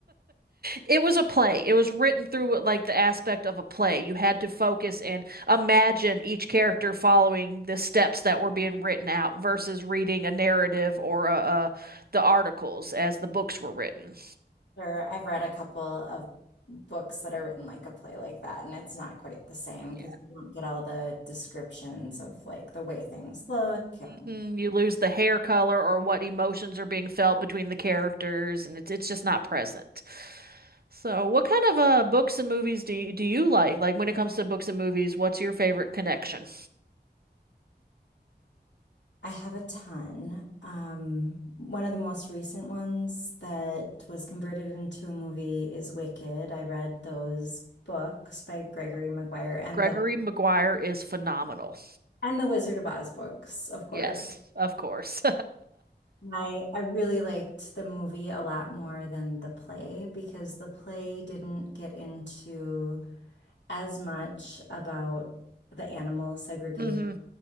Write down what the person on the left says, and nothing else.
Or I've read a couple of books that are written like a play like that, and it's not quite the same
because you don't get all the descriptions of like the way things look. Yeah.
I have a ton. Um, one of the most recent ones that was converted into a movie is Wicked. I read those books by Gregory Maguire and
the
and the Wizard of Oz books, of course.
And I I really liked the movie a lot more than the play because the play didn't get into as much about the animal segregation